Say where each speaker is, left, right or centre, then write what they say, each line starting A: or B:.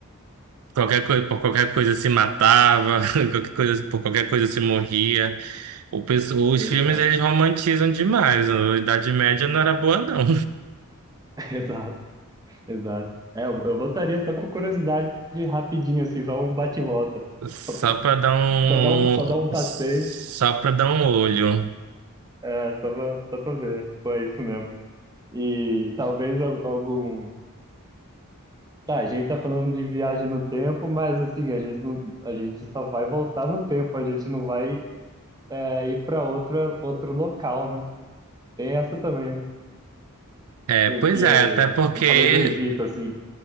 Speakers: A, on the right; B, on the right.
A: Qualquer coisa, por qualquer coisa se matava, <laughs> qualquer coisa, por qualquer coisa se morria. O pessoal, os
B: Exato,
A: filmes eles romantizam demais. A Idade Média não era boa, não.
B: <laughs> exato. Exato. É, eu, eu votaria só por curiosidade rapidinho, assim, só um bate-volta.
A: <laughs> Só
B: Só, pra-
A: para dar um,
B: só dá um, só dá um passeio,
A: só para dar um olho.
B: é, só pra, só pra ver. Pô, é isso mesmo. E talvez al- algum. Tá, a gente tá falando de viagem no tempo, mas assim, a gente, não- a gente só vai voltar no tempo, a gente não vai é, ir pra outra, outro local, né? Tem essa também, né?
A: É,
B: Porque
A: pois é, até porque
B: eu falei do Egito, assim,